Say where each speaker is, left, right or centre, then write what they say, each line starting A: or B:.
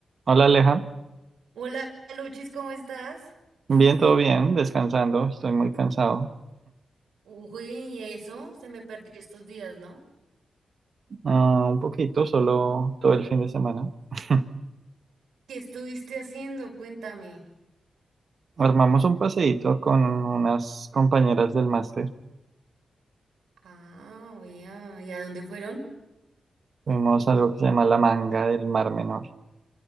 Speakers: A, on the right; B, on the right.
A: Hola Aleja,
B: Hola, Luchis, ¿cómo estás?
A: bien, todo bien, descansando, estoy muy cansado,
B: Uy, y eso se me perdió estos días, ¿no?
A: Ah, un poquito, solo todo el fin de semana. <laughs>
B: ¿Qué estuviste haciendo? Cuéntame.
A: Armamos un paseíto con unas compañeras del máster,
B: Ah, vea, ¿y a dónde fueron?
A: fuimos a algo que se llama la manga del Mar Menor.